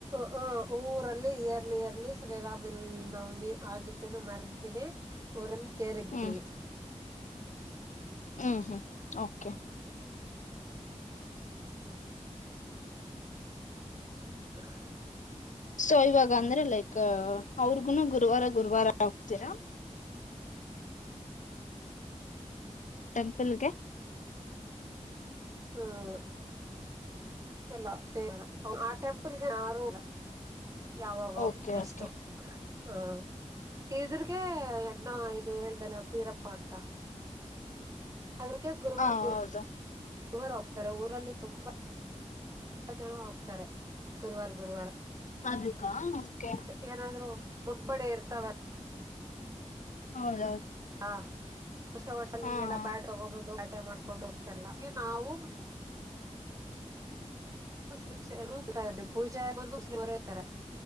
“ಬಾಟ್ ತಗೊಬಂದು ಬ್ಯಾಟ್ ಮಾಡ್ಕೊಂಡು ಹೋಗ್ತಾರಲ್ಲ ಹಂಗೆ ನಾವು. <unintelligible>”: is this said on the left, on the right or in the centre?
Right